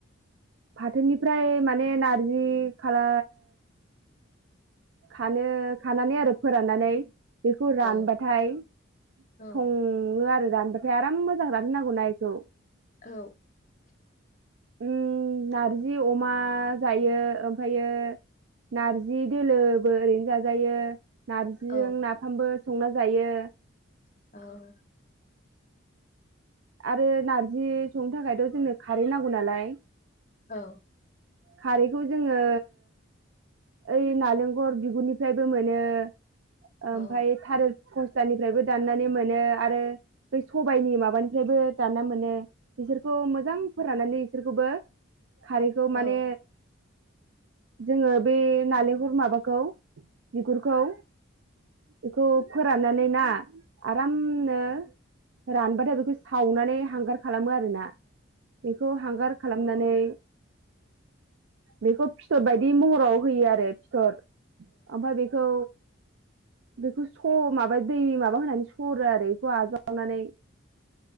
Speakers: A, on the right; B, on the left.
A: फाथोनिफ्राय माने नारजि खाला खानो खानानै आरो फोराननानै बेखौ रानबाथाय
B: औ औ
A: सङो आरो रानबा ओमफ्राय आराम मोजां रानहोनांगौना इखौ
B: औ
A: उम नारजि अमा जायो ओमफ्रायो नारजि दोलोबो ओरैनो जाजायो नारजिजों
B: औ
A: ना फामबो संना जायो
B: औ
A: आरो नारजि संनो थाखायथ जोंनो खारै नांगौ नालाय
B: औ
A: खारैखौ जोङो ओइ नालेंखर बिगुरनिफ्रायबो मोनो ओमफाय
B: औ
A: थारेर फस्लानिफ्रायबो दाननानै मोनो आरो बे सबाइनि माबानि थोनिफ्रायबो दानना मोनो बिसोरखौ मोजां फोराननानै बिसोरखौबो खारैखौ
B: औ
A: माने जोङो बे नारेंखल माबाखौ बिगुरखौ बेखौ फोराननानैना आरामनो रानबाथाय बेखौ सावनानै हांगार खालामो आरोना बेखौ हांगार खालामनानै बेखौ फिथर बायदि महराव होयो आरो फिथर ओमफ्राय बेखौ बेखौ स माबा दै माबा होनानै सरो आरो बेखौ आजावनानै